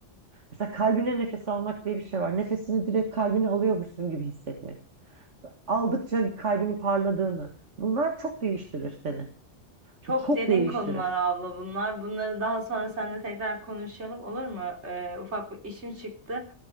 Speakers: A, on the right (about 80°); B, on the right (about 70°).
A: Mesela kalbine nefes almak diye bir şey var. Nefesini direkt kalbine alıyormuşsun gibi hissetmek. Aldıkça kalbinin parladığını. Bunlar çok değiştirir seni.
B: Çok
A: Çok
B: derin
A: değiştirir.
B: konular abla bunlar. Bunları daha sonra seninle tekrar konuşalım olur mu? Ee, ufak bir işim çıktı.